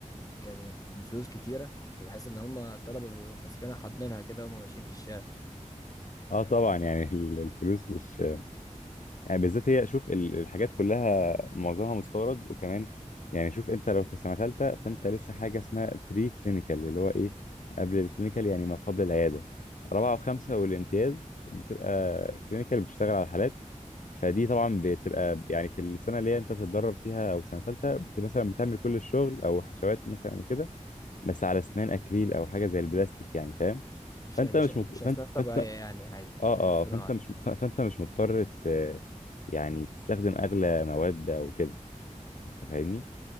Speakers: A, on the left; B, on the left.
A: يعني بفلوس كتيرة فبحس إن هما الطلبة بيبقوا ماسكينها حاضنينها كده وهما ماشيين في الشارع
B: اه طبعا يعني <laughs> ال- الفلوس مش يعني بالذات هي شوف ال- الحاجات كلها معظمها مستورد وكمان يعني شوف انت لو في سنه ثالثه فانت لسه حاجه اسمها بري كلينيكال اللي هو ايه قبل الكلينيكال يعني ما قبل العياده رابعه وخمسه والامتياز بتبقى كلينيكال بتشتغل على الحالات فدي طبعا بتبقى يعني في السنه اللي هي انت بتتدرب فيها او سنه ثالثه بت مثلا بتعمل كل الشغل او حشوات مثلا وكده بس على اسنان اكريل او حاجه زي البلاستيك يعني فاهم
A: مش
B: فانت
A: مش
B: مش
A: مش
B: مط...
A: أسنان
B: فانت
A: طبيعية
B: فانت
A: يعني عادي
B: اه
A: أسنان صناعي
B: اه فانت مش ف- فانت مش مضطر ت- يعني تستخدم اغلى مواد او كده انت فاهمني